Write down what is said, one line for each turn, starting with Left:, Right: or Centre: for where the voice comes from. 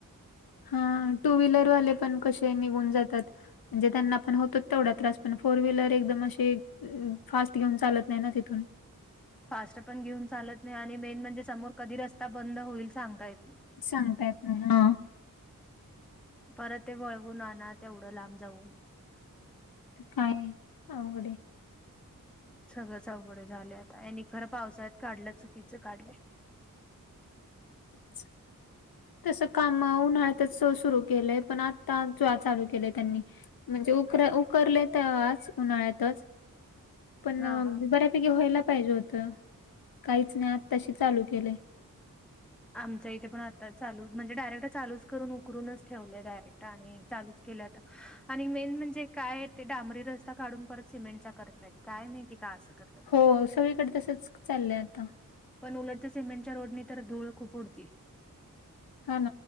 Left: हां टू व्हीलरवाले पण कशे निघून जातात म्हणजे त्यांना पण होतोच तेवढा त्रास पण फोर व्हीलर एकदम अशे फास्ट घेऊन चालत नाही ना तिथून
Centre: फास्ट पण घेऊन चालत नाही आणि मेन म्हणजे समोर कधी रस्ता बंद होईल सांगता येत नाही
Left: सांगता येत नाही <inaudible>
Centre: परत ते वळवून आना तेवढं लांब जाऊन
Left: काय अवघडए
Centre: सगळंच अवघड झालं आता आणि खरं पावसाळ्यात काढलं चुकीचं काढलंय
Left: <inaudible> तस काम उन्हाळ्यातच स सुरू केलंय पण आता आमचं चालू केलंय त्यांनी म्हणजे उ उकरले तेव्हाच उन्हाळ्यातच पण
Centre: हा हा.
Left: बऱ्यापैकी व्हायला पाहिजे होतं तर काहीच नाही आजताशी चालू केलेय
Centre: आमच्या इथे पण आता चालू म्हणजे डायरेक्ट चालूच करून उकरूनच ठेवले डायरेक्ट आधी चालूच केलय आता आणि मेन म्हणजे काय ते डांबरी रस्ता काढून परत सिमेंटचा करतायत काय माहिती का असं करतात
Left: हो सगळीकडे तसंच चाललंय आता
Centre: पण उलटते सिमेंटच्या रोडने तर धूळ खूप उडतीए
Left: हा